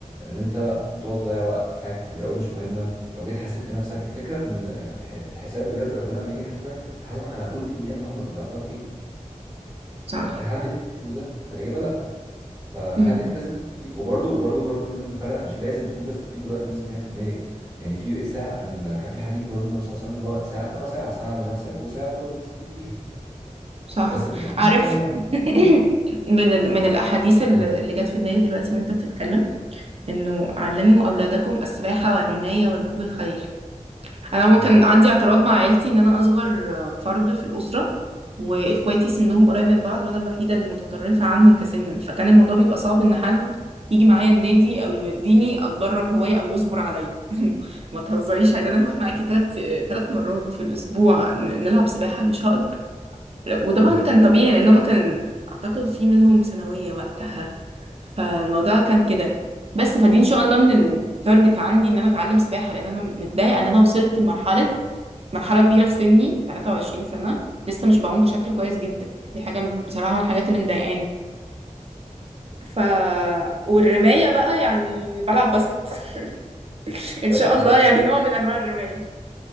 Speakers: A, on the right (about 30°); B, on the right (about 50°).
A: إن أنت تقعد تضيع وقت في حاجات كتير أوي مش مهمة لو جيت حاسبت نفسك الفكرة في إن ح- الحساب بجد ربنا لما يجي يحاسبك هيحاسبك على كل دقيقة من عمرك ضيعتها في إيه
B: صح
A: فهل انت باذن ده؟ فالاجابه لا فهل
B: امم
A: انت لازم تستفيد وبرده وبرده برده لازم نفرق مش لازم تكون بتستفيد بالوقت بنسبه 100% يعني في ساعه ان كان في حديث برده النبي صلى الله عليه وسلم اللي هو ساعه وساعه ساعه لنفسك وساعه برده تستفيد بيها
B: صح
A: بس فكره
B: عارف
A: انت فعلا لو هتستفاد
B: <coughs> <clears throat> من ال...
A: لو
B: من الأحاديث اللي
A: مم.
B: اللي جت في دماغي دلوقتي وانت بتتكلم انه علموا أولادكم السباحة والرماية وركوب الخيل انا ممكن
A: بالظبط
B: عندي اعتراض مع عيلتي ان انا اصغر فرد في الاسره واخواتي سنهم قريب من بعض وانا الوحيده المتطرفه عنهم كسنا فكان الموضوع بيبقى صعب ان حد يجي معايا النادي او يوديني اتدرب هوايه او يصبر عليا <laughs> ما تهزريش عايزه اروح معاكي ثلاث ثلاث مرات في الاسبوع ن- نلعب سباحه مش هقدر وطبعا
A: مم.
B: كان طبيعي لان هما كان اعتقد في منهم ثانويه وقتها فالموضوع كان كده بس فدي ان شاء الله من التارجت عندي ان انا اتعلم سباحه لان انا متضايقه ان انا وصلت لمرحله مرحلة كبيرة في سني 23 سنة لسه مش بعوم بشكل كويس جدا دي حاجة م- بصراحة من الحاجات اللي مضايقاني ف والرماية بقى يعني بلعب باسكت <laughs> ان
A: طيب
B: شاء
A: دي
B: الله
A: حاجه
B: يعني
A: كويسه
B: نوع من انواع الرماية